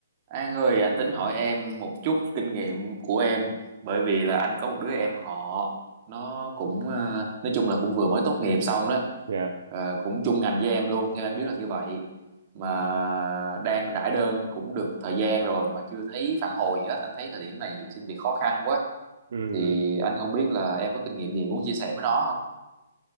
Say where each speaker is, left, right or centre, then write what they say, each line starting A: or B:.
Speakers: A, on the right (about 35°); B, on the right (about 65°).
A: An ơi, anh tính hỏi em một chút kinh nghiệm của em bởi vì là anh có một đứa em họ nó cũng ờ, nói chung là cũng vừa mới tốt nghiệp xong đó
B: Dạ.
A: Ờ, cũng chung ngành với em luôn theo anh biết là như vậy mà đang rải đơn cũng được thời gian rồi mà chưa thấy phản hồi gì hết anh thấy thời điểm này xin việc khó khăn quá
B: Ừ.
A: thì
B: ừ.
A: anh không biết là em có kinh nghiệm gì muốn chia sẻ với nó không?